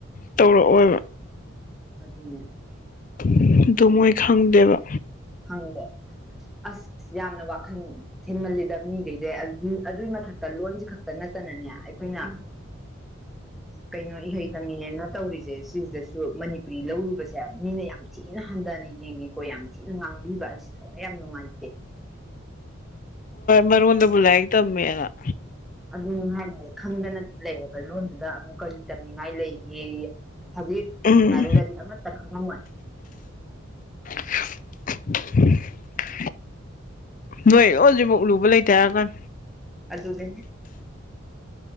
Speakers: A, on the left; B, in the centre.
A: ꯇꯧꯔꯛꯑꯣꯕ
B: ꯑꯗꯨꯅꯦ
A: <inaudible> ꯑꯩ ꯈꯪꯗꯦꯕ
B: ꯍꯪꯦ ꯑꯁ ꯌꯥꯝꯅ ꯋꯥꯈꯜ ꯊꯤꯟꯃꯜꯂꯤꯗ ꯃꯤꯈꯩꯁꯦ ꯑꯗꯨꯏ ꯃꯊꯛꯇ ꯂꯣꯟꯁꯤ ꯈꯛꯇ ꯅꯠꯇꯅꯅꯦ ꯑꯩꯈꯣꯏꯅ ꯀꯩꯅꯣ ꯏꯍꯩꯒꯪꯉꯦꯅ ꯇꯧꯔꯤꯁꯦ ꯁꯤꯁꯤꯗꯁꯨ ꯃꯅꯤꯄꯨꯔꯤ ꯂꯧꯔꯨꯕꯁꯦ ꯃꯤꯅ ꯌꯥꯝ ꯊꯤꯅ ꯍꯟꯊꯅꯩ ꯌꯦꯡꯉꯦꯀꯣ ꯌꯥꯝ ꯊꯤꯅ ꯉꯥꯡꯕꯤꯕ ꯑꯁꯤꯗ ꯌꯥꯝ ꯅꯨꯡꯉꯥꯏꯇꯦ
A: ꯃꯔ ꯍꯗ ꯨꯂꯥꯏꯒ ꯇꯝꯃꯦꯦꯅ
B: ꯑꯗꯨꯝ ꯍꯥꯏꯅ ꯈꯪꯗꯅ ꯂꯩꯔꯕ ꯂꯣꯟꯗꯨꯗ ꯑꯃꯨꯛ ꯀꯔꯤ ꯇꯝꯅꯤꯡꯉꯥꯏ ꯂꯩꯒꯦ ꯍꯧꯖꯤꯛ
A: ꯎꯝ
B: ꯍꯪꯅꯔꯨꯔꯗꯤ ꯑꯃꯠꯇ ꯈꯪꯉꯝꯃꯣꯏ
A: <inaudible> ꯅꯣꯏ ꯍꯧꯖꯤꯛꯐꯥꯎ ꯂꯨꯕ ꯂꯩꯇꯦ ꯍꯥꯏꯔꯀꯥꯟ
B: ꯑꯗꯨ ꯑꯗꯨꯒ